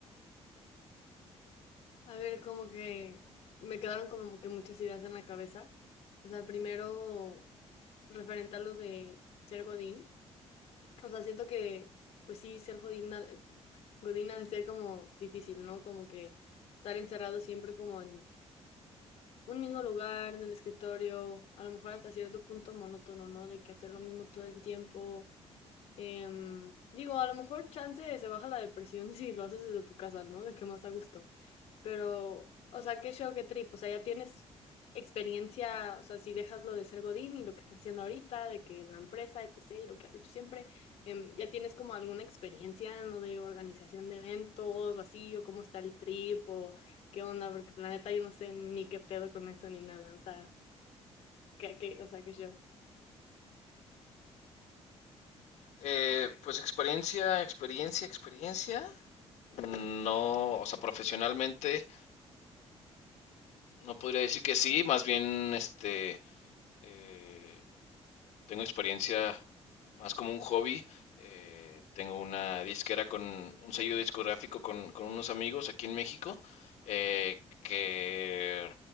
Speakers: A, on the left; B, on the left.
A: A ver, como que me quedaron como que muchas ideas en la cabeza. O sea, primero, referente a lo de ser Godín. O sea, siento que, pues sí, ser jodina, godina de ser como difícil, ¿no? Como que estar encerrado siempre como en un mismo lugar, en el escritorio, a lo mejor hasta cierto punto monótono, ¿no? De que hacer lo mismo todo el tiempo. Em, digo, a lo mejor chance se baja la depresión <laughs> si lo haces desde tu casa, ¿no? De que más a gusto. Pero, o sea, qué show, qué trip. O sea, ya tienes experiencia, o sea, si dejas lo de ser Godín y lo que estás haciendo ahorita, de que en la empresa, etcétera, y lo que has hecho siempre, em, ya tienes como alguna experiencia no de organización de eventos o así, o cómo está el trip, o qué onda, porque planeta yo no sé ni qué pedo con eso ni nada. O sea, qué, qué, o sea, qué show.
B: Eh, pues experiencia, experiencia, experiencia. No, o sea, profesionalmente no podría decir que sí, más bien este eh, tengo experiencia más como un hobby. eh, tengo una disquera con un sello discográfico con, con unos amigos aquí en México eh, que